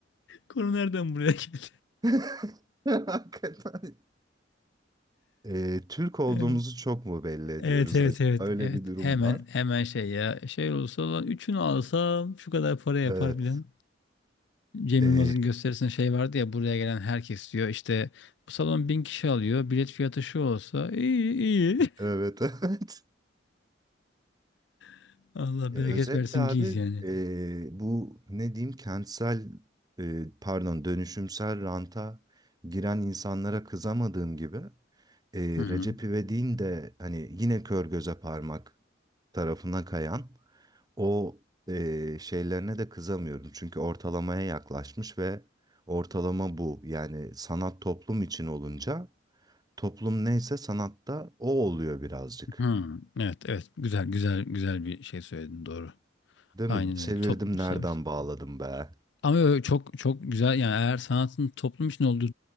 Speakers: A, on the left; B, on the right.
A: Konu nereden buraya geldi?
B: <laughs> Hakikaten Ee, Türk olduğumuzu
A: <laughs>
B: çok mu belli ediyoruz
A: Evet evet
B: acaba?
A: evet
B: Öyle
A: evet
B: bir durum
A: hemen
B: var.
A: hemen şey ya şey olursa olan üçünü alsam şu kadar para yapar
B: Evet.
A: bilen Cem
B: Ee,
A: Yılmaz'ın gösterisinde şey vardı ya buraya gelen herkes diyor işte bu salon bin kişi alıyor bilet fiyatı şu olsa iyi iyi
B: evet, <laughs> evet.
A: <laughs> Allah
B: Ya
A: bereket
B: özetle
A: versin
B: abi
A: ciz yani.
B: e, bu ne diyeyim kentsel e, pardon dönüşümsel ranta giren insanlara kızamadığım gibi e,
A: Hı hı.
B: Recep İvedik'in de hani yine kör göze parmak tarafına kayan o e, şeylerine de kızamıyorum. Çünkü ortalamaya yaklaşmış ve ortalama bu. Yani sanat toplum için olunca toplum neyse sanatta o oluyor birazcık.
A: Hı. Evet evet güzel güzel güzel bir şey söyledin doğru.
B: Değil
A: Aynen
B: mi? Çevirdim
A: öyle toplum
B: nereden
A: evet.
B: bağladım be?
A: Ama öyle çok çok güzel yani eğer sanatın toplum için olduğu